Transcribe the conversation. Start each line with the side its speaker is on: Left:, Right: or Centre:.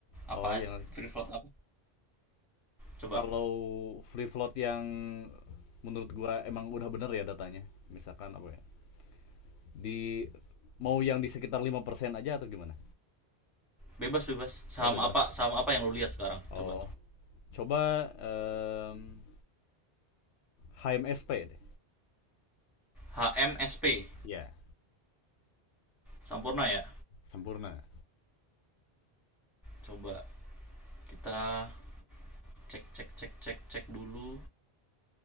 Left: Oh,
Centre: apa
Left: yang
Centre: free float apa coba
Left: kalau free float yang menurut gua emang udah bener ya datanya misalkan apa ya di mau yang di sekitar 5% aja atau gimana
Centre: bebas bebas saham
Left: oh bebas
Centre: apa saham apa yang lu lihat sekarang
Left: oh
Centre: coba
Left: coba em, HMSP deh
Centre: H M S P.
Left: ya
Centre: Sampurna ya
Left: sempurna
Centre: coba kita cek cek cek cek cek dulu